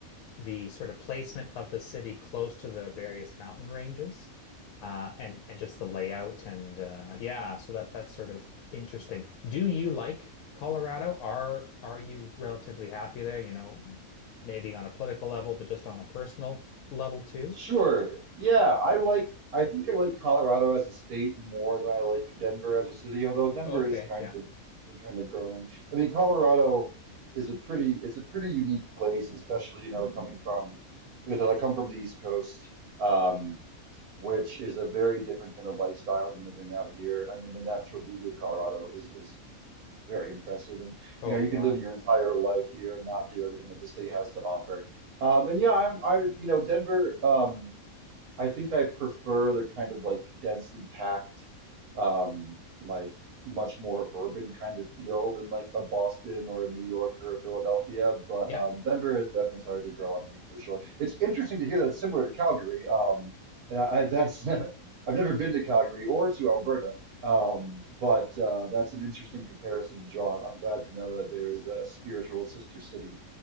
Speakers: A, on the left; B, on the right.
A: the sort of placement of the city close to the various mountain ranges, uh, and and just the layout and uh, yeah. So that that's sort of interesting. Do you like Colorado? Are are you relatively happy there? You know, maybe on a political level, but just on a personal level too.
B: Sure. Yeah, I like I think I like Colorado as a state more than I like Denver as a city, although Denver
A: Okay.
B: is kind
A: Yeah.
B: of kind of growing on. I mean, Colorado is a pretty it's a pretty unique place, especially, you know, coming from because I come from the East Coast, um, which is a very different kind of lifestyle than living out here. I mean, the natural beauty of Colorado is is very impressive. And
A: Oh,
B: you know, you
A: yeah.
B: could live your entire life here and not do everything that the state has to offer. Um, and yeah, I'm I you know, Denver, um I think I prefer the kind of like densely packed, um, like much more urban kind of feel than like a Boston or a New York or a Philadelphia. But
A: Yeah.
B: um, Denver has definitely started to grow on me for sure. It's interesting to hear that it's similar to Calgary. Um, and I, I that's <laughs> I've never been to Calgary or to Alberta. Um, but uh, that's an interesting comparison to draw. I'm glad to know that there is a spiritual sister city